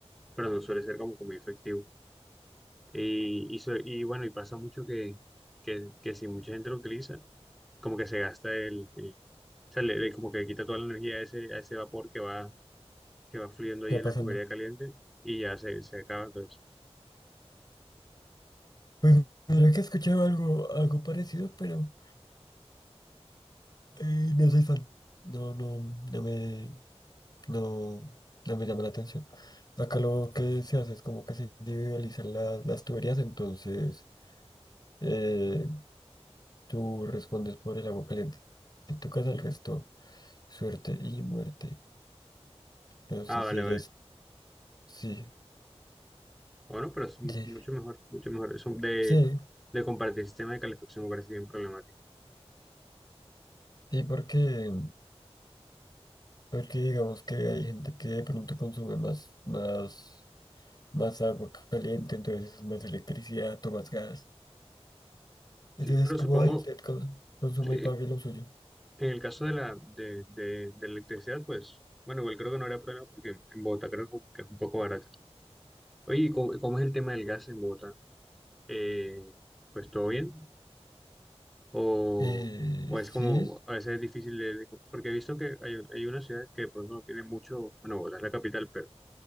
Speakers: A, in the centre; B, on the left.
A: Pero no suele ser como que muy efectivo. Y, y, so- y bueno, y pasa mucho que, que, que si mucha gente lo utiliza, como que se gasta el, el- o sea, le, le- como que le quita toda la energía a ese, a ese vapor que va, que va fluyendo
B: ¿Qué
A: ahí
B: va
A: en
B: pasando?
A: la tubería caliente y ya se, se acaba entonces.
B: Pues mira que he escuchado algo, algo parecido, pero eh, no soy fan. No, no, no me, no, no me llama la atención. Acá lo que se hace es como que se individualizan las, las tuberías, entonces eh, tú respondes por el agua caliente. Si tocas el resto, suerte y muerte. No sé
A: Ah,
B: si
A: vale,
B: allá
A: vale.
B: es... Sí,
A: Bueno, pero es mu-
B: sí,
A: mucho mejor, mucho mejor. Eso de,
B: sí,
A: de compartir sistema de calefacción me parece bien problemático.
B: sí, porque... Porque digamos que hay gente que de pronto consume más, más, más agua caliente, entonces más electricidad o más gas. Entonces,
A: Sí, pero
B: cómo
A: supongo
B: hay usted cons- consume
A: sí
B: y pague lo suyo?
A: en el caso de la de, de, de la electricidad, pues, bueno, igual creo que no habrá problema porque en Bogotá creo que es un poco barata. Oye, ¿y cómo, cómo es el tema del gas en Bogotá? Eh, pues todo bien. O,
B: Eh,
A: o
B: sí,
A: es como, a veces es difícil de, de- porque he visto que hay, un- hay una ciudad que de pronto no tiene mucho, bueno, Bogotá es la capital, pero